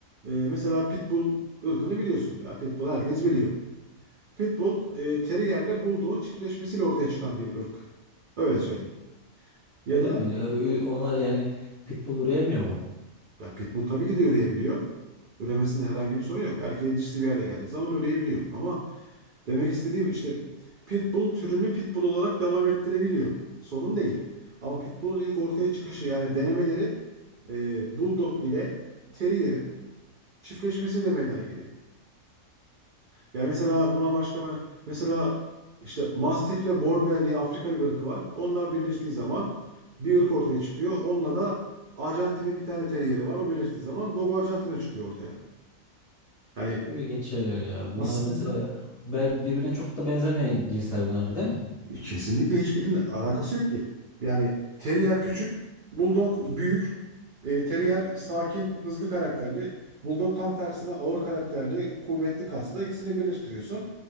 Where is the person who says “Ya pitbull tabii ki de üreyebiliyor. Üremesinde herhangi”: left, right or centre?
Right